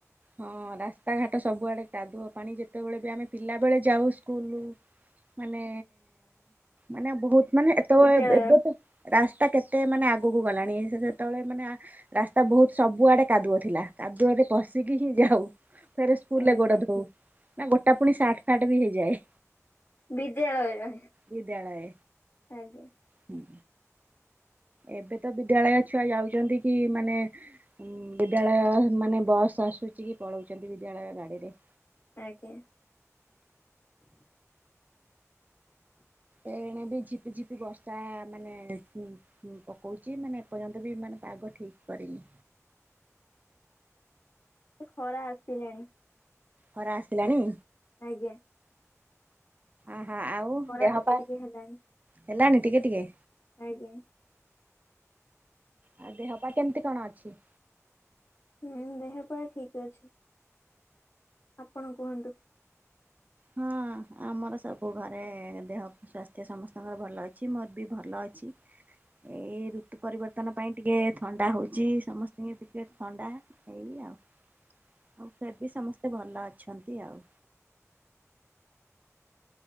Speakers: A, on the right; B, on the left.
A: ହଁ ରାସ୍ତାଘାଟ ସବୁଆଡେ କାଦୁଅ ପାଣି। ଯେତେବେଳେ ବି ଆମେ ପିଲାବେଳେ ଯାଉ ସ୍କୁଲୁ ମାନେ ମାନେ ବହୁତ ମାନେ ଏତବେଳେ
B: ବିଦ୍ୟାଳୟ
A: ଏବେ ତ ରାସ୍ତା କେତେ ମାନେ ଆଗକୁ ଗଲାଣି। ସେ ଯେତେବେଳେ ମାନେ ରାସ୍ତା ବହୁତ ସବୁଆଡେ କାଦୁଅ ଥିଲା। କାଦୁଅରେ ପ ସିକି କି ଯାଉ। ଫେରେ ସ୍କୁୁଲ
B: ଆଜ୍ଞା
A: ରେ ଗୋଡ଼ ଧଉ ନା ଗୋଟା ପୁଣି ସାର୍ଟ ଫାଟ ବି ହେଇଯାଏ।
B: ବିଦ୍ୟାଳୟ
A: ବିଦ୍ଯାଳଏ।
B: ଆଜ୍ଞା
A: ହୁଁ। ଏବେ ତ ବିଦ୍ୟାଳୟ ଛୁଆ ଯାଉଛନ୍ତି କି ମାନେ ବିଦ୍ୟାଳୟ ମାନେ ବସ୍ ଆସୁଛି କି ପଳଉଛନ୍ତି ବିଦ୍ୟାଳୟ ଗାଡିରେ।
B: ଆଜ୍ଞା।
A: ଏଣେ ବି ଝିପି ଝିପି ବର୍ଷା ମାନେ ହୁଁ, ପକଉଚି। ମାନେ ଏପର୍ଯ୍ୟନ୍ତ ବି ମାନେ ପାଗ ଠିକ କରିନି।
B: ଖରା ଆସିଲାଣି।
A: ଖରା ଆସିଲାଣି?
B: ଆଜ୍ଞା।
A: ଆହାଃ। ଆଉ
B: ଖରା
A: ଦେହ
B: ଟିକେ
A: ପା
B: ଟିକେ ହେଲାଣି
A: ହେଲାଣିି ଟିକେ ଟିକେ?
B: ଆଜ୍ଞା।
A: ଆଉ ଦେହ ପା କେମିତି କଣ ଅଛି?
B: ହୁଁ, ଦେହ ପା ଠିକ୍ ଅଛି। ଆପଣ କୁହନ୍ତୁ?
A: ହଁ ଆମର ସବୁ ଘରେ ଦେହ ସ୍ୱାସ୍ଥ୍ୟ ସମସ୍ତଙ୍କର ଭଲ ଅଛି। ମୋର ବି ଭଲ ଅଛି। ଏଇ ଋତୁ ପରିବର୍ତ୍ତନ ପାଇଁ ଟିକେ ଥଣ୍ଡା ହଉଛି। ସମସ୍ତଙ୍କୁ ଟିକେ ଥଣ୍ଡା ଏଇ ଆଉ ଓ ଫିର ବି ସମସ୍ତେ ଭଲ ଅଛନ୍ତି ଆଉ।